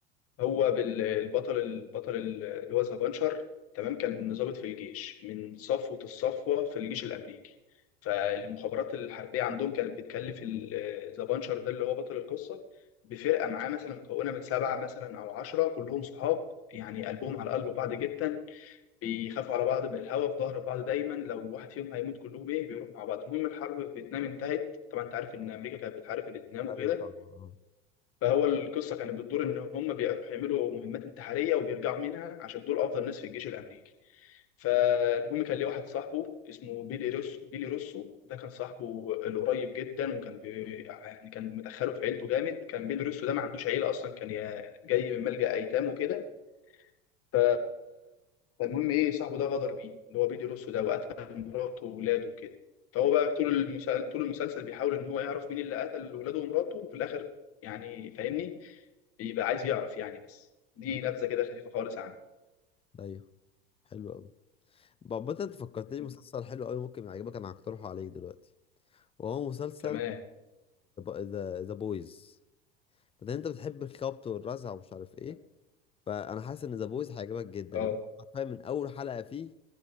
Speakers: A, on the left (about 45°); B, on the left (about 20°).
A: هو بال- البطل البطل اللي هو ذا بانشر تمام كان ضابط في الجيش من صفوة الصفوة في الجيش الأمريكي فالمخابرات الحربية عندهم كانت بتكلف ال- ذا بانشر ده اللي هو بطل القصة بفرقة معاه مثلا مكونة من سبعة مثلا أو عشرة كلهم صحاب يعني قلبهم على قلب بعض جدا بيخافوا على بعض من الهوا في ظهر بعض دايما لو واحد فيهم هيموت كلهم ايه بيروح مع بعض المهم الحرب في فيتنام انتهت طبعا انت عارف ان امريكا كانت بتحارب في فيتنام وكده
B: ايوه طبعا
A: فهو القصه كانت بتدور ان هم بيروحوا يعملوا مهمات انتحاريه وبيرجعوا منها عشان دول افضل ناس في الجيش الامريكي فالمهم كان ليه واحد صاحبه اسمه بيلي روسو بيلي روسو ده كان صاحبه القريب جدا وكان بي... يعني كان مدخله في عيلته جامد كان بيلي روسو ده ما عندوش عيله اصلا كان يا- جاي من ملجأ ايتام وكده ف- فالمهم ايه صاحبه ده غدر بيه اللي هو بيلي روسو ده وقتل مراته وولاده وكده فهو بقى طول المسلسل طول المسلسل بيحاول ان هو يعرف مين اللي قتل ولاده ومراته وفي الاخر يعني فاهمني بيبقى عايز يعرف يعني بس دي
B: آه.
A: نبذه كده خفيفه خالص عنه
B: ايوه حلو قوي بابا انت فكرتني
A: مم.
B: مسلسل حلو قوي ممكن يعجبك انا هقترحه عليك دلوقتي وهو مسلسل
A: تمام
B: ذا ذا بويز فده انت بتحب الخبط والرزع ومش عارف ايه
A: تمام.
B: فانا حاسس ان ذا بويز هيعجبك جدا
A: اه
B: إن هو حرفيا من اول حلقه فيه